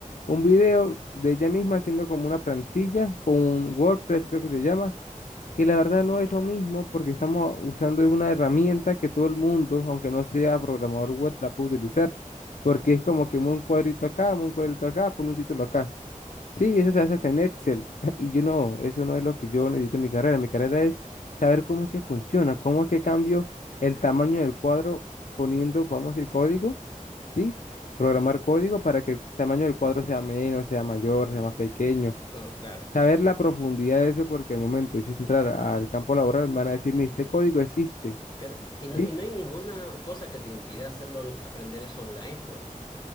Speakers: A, on the left; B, on the left.
A: un video de ella misma haciendo como una plantilla con un WordPress, creo que se llama que la verdad no es lo mismo porque estamos usando una herramienta que todo el mundo, aunque no sea programador web, la puede utilizar, porque es como que mueve un cuadrito acá, mueve un cuadrito acá, pone un título acá. Sí, eso se hace hasta en Excel. <laughs> Y yo no, eso no es lo que yo necesito en mi carrera. Mi carrera es saber cómo es que funciona, cómo es que cambio el tamaño del cuadro poniendo, vamos a decir, código, ¿sí? Programar código para que el tamaño del cuadro sea menos, sea mayor, sea más pequeño
B: no, claro.
A: Saber la profundidad de eso, porque al momento de yo entrar al campo laboral, me van a decir, mire, este código existe.
B: Claro, Y no,
A: Sí,
B: y no hay ninguna cosa que te impida hacerlo, aprender eso online, pues.